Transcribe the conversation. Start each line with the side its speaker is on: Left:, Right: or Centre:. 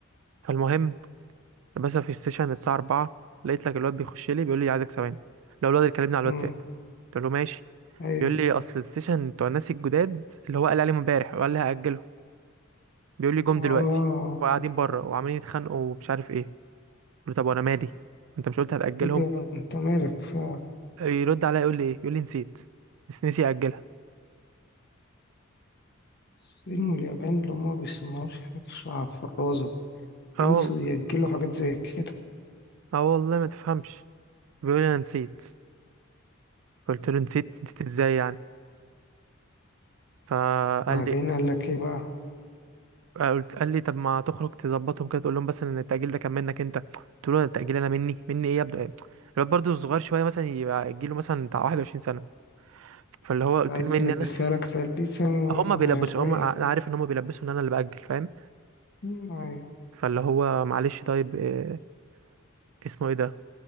Right: فالمهم بس في السيشن الساعة 4 لقيت لك الواد بيخش لي بيقول لي عايزك ثواني لو الواد اللي كلمني على الواتساب
Left: امم
Right: قلت له ماشي
Left: ايوه
Right: بيقول لي اصل السيشن بتوع الناس الجداد اللي هو قال عليهم امبارح وقال لي هأجله بيقول لي جم
Left: اه
Right: دلوقتي وقاعدين بره وعمالين يتخانقوا ومش عارف ايه قلت له طب وانا مالي انت مش قلت هتأجلهم
Left: ايوه انت مالك فعلا
Right: يرد عليا يقول لي ايه يقول لي نسيت بس نسي أجلها
Left: الصين واليابان اللي هما مبيصنعوش حاجة في الرازة
Right: اه
Left: ينسوا
Right: والله
Left: يأجلوا حاجات زي كده
Right: اه والله ما تفهمش بيقول لي انا نسيت قلت له نسيت نسيت ازاي يعني فقال
Left: بعدين
Right: لي
Left: قال لك ايه بقى
Right: قلت قال لي طب ما تخرج تظبطهم كده تقول لهم بس ان التأجيل ده كان منك انت قلت له التأجيل انا مني مني ايه يا ابني الواد برضه صغير شويه مثلا يبقى يجيله مثلا بتاع 21 سنه فاللي هو قلت
Left: عايز
Right: له مني
Left: يلبسها
Right: انا
Left: لك تلبيسة م-
Right: هما بيلبسوا
Left: مغرية
Right: هما انا عارف ان هما بيلبسوا ان انا اللي بأجل فاهم
Left: مم، أيوة
Right: فاللي هو معلش طيب إيه اسمه ايه ده